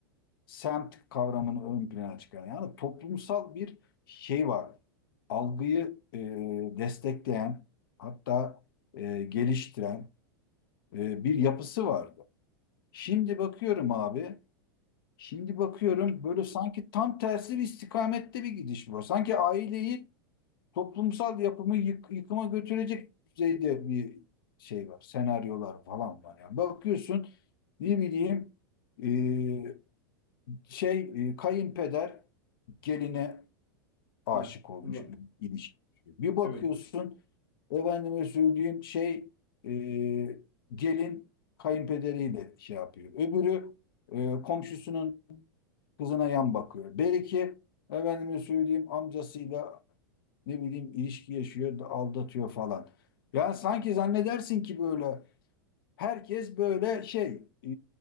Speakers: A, on the left; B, on the left.
A: semt kavramını ön plana çıkaran yani toplumsal bir şey var. Algıyı e, destekleyen hatta e, geliştiren e, bir yapısı vardı. Şimdi bakıyorum abi, şimdi bakıyorum böyle sanki tam tersi bir istikamette bir gidiş var. Sanki aileyi toplumsal yapımı yık- yıkıma götürecek düzeyde bir şey var. Senaryolar falan var. Yani bakıyorsun ne bileyim e, şey e, kayınpeder geline aşık
B: Hı,
A: olmuş
B: şuradan.
A: bir ilişki. Bir bakıyorsun
B: Evet.
A: efendime söyleyeyim şey e, gelin kayınpederiyle şey yapıyor. Öbürü e, komşusunun kızına yan bakıyor. Beriki efendime söyleyeyim amcasıyla ne bileyim ilişki yaşıyor aldatıyor falan. Yani sanki zannedersin ki böyle Herkes böyle şey, e,